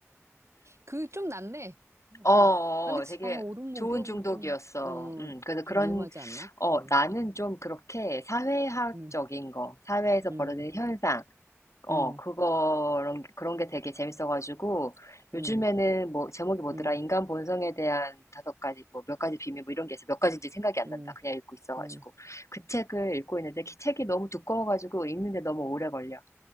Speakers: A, on the right; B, on the left.
A: 그 좀 낫네. 어,
B: 어, 어,
A: 그, 아, 근데,
B: 되게
A: 아, 오름 목욕,
B: 좋은 중독이었어.
A: 그 좀, 어,
B: 음, 그래서
A: 좀
B: 그런,
A: 위험하지 않나?
B: 어,
A: 응,
B: 나는 좀 그렇게 사회학적인
A: 응,
B: 거, 사회에서
A: 응,
B: 벌어지는 현상, 어,
A: 응,
B: 그거 그런 게 되게 재밌어가지고, 요즘에는
A: 응,
B: 뭐, 제목이 뭐더라,
A: 응,
B: 인간 본성에 대한 다섯 가지, 뭐, 몇 가지 비밀, 뭐, 이런 게 있어. 몇 가지인지 생각이 안
A: 응,
B: 난다. 그냥 읽고 있어가지고.
A: 응, 응,
B: 그 책을 읽고 있는데, 그 책이 너무 두꺼워가지고, 읽는데 너무 오래 걸려.